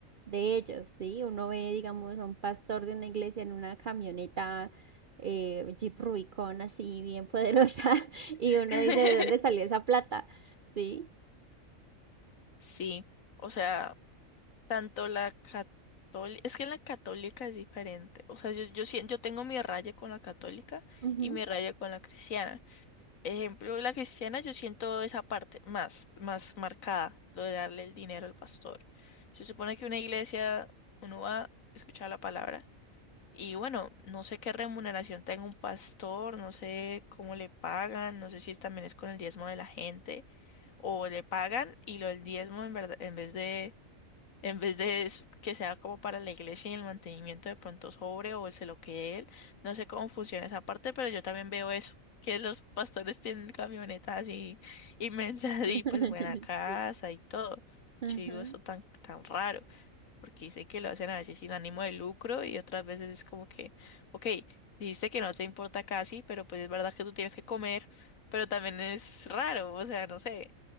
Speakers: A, on the right (about 45°); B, on the left (about 75°).
A: de ellos, ¿sí? Uno ve, digamos, a un pastor de una iglesia en una camioneta eh, Jeep Rubicon así bien poderosa <laughs> y
B: <laughs>
A: uno dice, ¿de dónde salió esa plata? ¿Sí?
B: Sí, o sea, tanto la católica, es que la católica es diferente. O sea, yo, yo, sien- yo tengo mi raya con la católica
A: Ujú.
B: y mi raya con la cristiana. Ejemplo, la cristiana, yo siento esa parte más, más marcada, lo de darle el dinero al pastor. Se supone que una iglesia, uno va a escuchar la palabra y bueno, no sé qué remuneración tenga un pastor, no sé cómo le pagan, no sé si también es con el diezmo de la gente o le pagan y lo del diezmo en verdad, en vez de en vez de es- que sea como para la iglesia y el mantenimiento de pronto sobre o se lo quede él. No sé cómo funciona esa parte, pero yo también veo eso, que los pastores tienen camionetas así inmensas
A: <laughs>
B: y pues buena casa
A: Sí.
B: y todo.
A: Ajá.
B: Yo digo eso tan, tan raro, porque dice que lo hacen a veces sin ánimo de lucro y otras veces es como que, ok, dijiste que no te importa casi, pero pues es verdad que tú tienes que comer, pero también es raro, o sea, no sé.